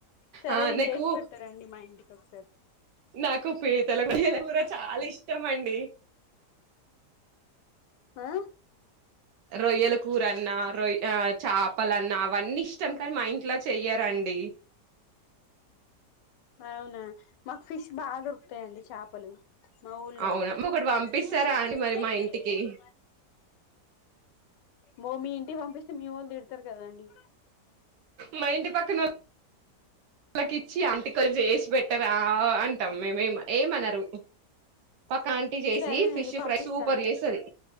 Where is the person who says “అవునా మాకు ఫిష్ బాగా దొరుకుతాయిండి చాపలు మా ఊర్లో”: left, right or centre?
Left